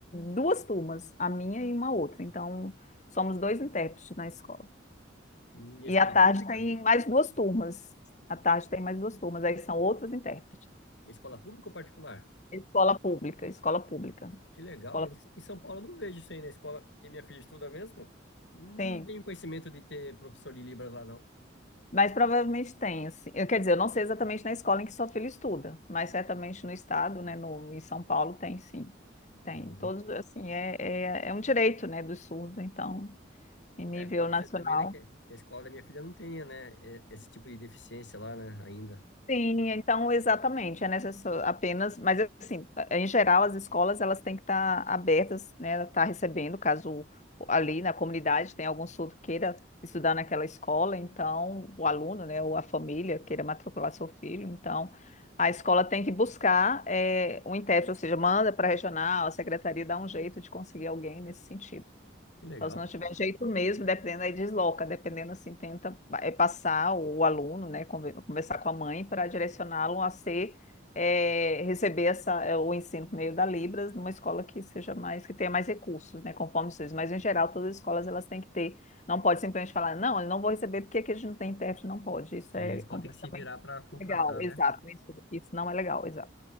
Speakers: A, on the left; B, on the left.
A: duas turmas, a minha e uma outra. Então, somos dois intérpretes na escola.
B: Hum, e a
A: E
B: escola
A: à tarde
B: pública?
A: tem mais duas turmas. À tarde tem mais duas turmas, aí são outros intérpretes.
B: E a escola pública ou particular?
A: Escola pública, escola pública.
B: Que legal.
A: Escola...
B: Em, em São Paulo eu não vejo isso aí na escola que minha filha estuda mesmo. Hum,
A: Sim.
B: Não tenho conhecimento de ter professor de Libras lá, não.
A: Mas provavelmente tem, assim. Eu quer dizer, eu não sei exatamente na escola em que sua filha estuda, mas certamente no estado, né, no, em São Paulo tem sim.
B: Uhum.
A: Tem. Todos, assim, é, é, é um direito, né, dos surdos, então, em nível
B: É, pode
A: nacional.
B: ser também, né, que, que a escola da minha filha não tenha, né, e- esse tipo de deficiência lá, né, ainda.
A: Sim, então exatamente, é necessário apenas, mas assim, em geral as escolas elas têm que estar abertas, né, estar recebendo, caso ali na comunidade tenha algum surdo queira estudar naquela escola, então o aluno, né, ou a família queira matricular seu filho, então a escola tem que buscar eh, um intérprete, ou seja, manda para a regional, a secretaria dá um jeito de conseguir alguém nesse sentido.
B: Que legal.
A: Então, se não tiver jeito mesmo, dependendo, aí desloca, dependendo assim, tenta eh, passar o aluno, né, conver- conversar com a mãe para direcioná-lo a ser, eh, receber essa, eh, o ensino por meio da Libras numa escola que seja mais, que tenha mais recursos, né, conforme vocês. Mas, em geral, todas as escolas, elas têm que ter, não pode simplesmente falar, não, eu não vou receber porque aqui a gente não tem intérprete, não pode. Isso
B: Aí
A: é
B: a escola
A: completamente
B: tem que se virar para contratar,
A: legal, exato,
B: né?
A: isso, isso não é legal, exato,